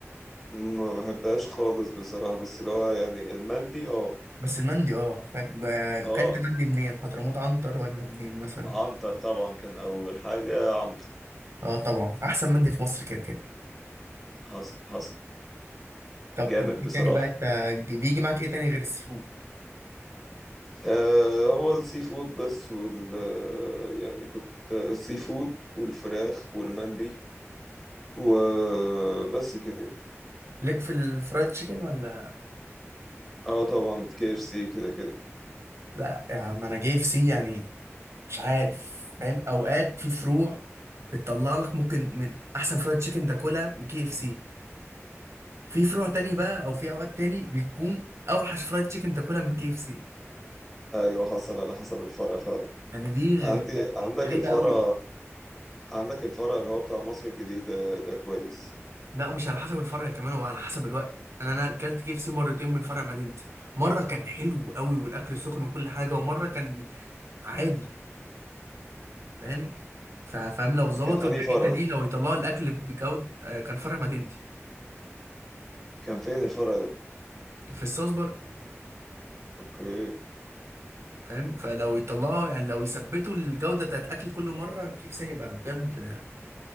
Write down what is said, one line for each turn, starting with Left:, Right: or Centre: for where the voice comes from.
Centre: ما بحبهاش خالص بصراحه بس اللي هو يعني المندي اه
Right: بس المندي اه فاهم بقى-
Centre: اه
Right: اكلت مندي منين حضرموت عنتر ولا منين مثلا
Centre: عنتر طبعا كان اول حاجه عنتر
Right: اه طبعا احسن مندي في مصر كده كده
Centre: حصل حصل
Right: طب
Centre: جامد
Right: وايه
Centre: بصراحه
Right: تاني بقى انت بيجي معاك ايه تاني غير السي فود
Centre: آه هو السي فود بس وال يعني كنت السي فود والفراخ والمندي وبس كده
Right: ليك في الفرايد تشيكن ولا
Centre: اه طبعا كي اف سي كده كده
Right: لا يا عم انا جاي في سي يعني مش عارف فاهم اوقات في فروع بتطلع لك ممكن من احسن فرايد تشيكن تاكلها من كي اف سي في فروع تاني بقى او في اوقات تاني بيكون اوحش فرايد تشيكن تاكلها من كي اف سي
Centre: ايوه حصل على حسب الفرع فعلا
Right: يعني دي غ-
Centre: عندي
Right: غ-
Centre: عندك
Right: غريبة
Centre: الفرع
Right: قوي
Centre: عندك الفرع اللي هو بتاع مصر الجديد ده, ده كويس
Right: لا ومش على حسب الفرع كمان وعلى حسب الوقت انا انا اكلت كي اف سي مرتين من فرع مدينتي مره كان حلو قوي والاكل سخن وكل حاجه ومره كان عادي فاهم ف- فاهم لو ظبطوا
Centre: ده كان أنهي
Right: الحته
Centre: فرع
Right: دي لو يطلعوا الاكل بجوده آه، كان فرع مدينتي
Centre: كان فين الفرع ده
Right: في الصوص برضه
Centre: اوكي
Right: فاهم فلو يطلعوا يعني لو يثبتوا الجوده بتاعت الاكل كل مره كي اف سي هيبقى بجد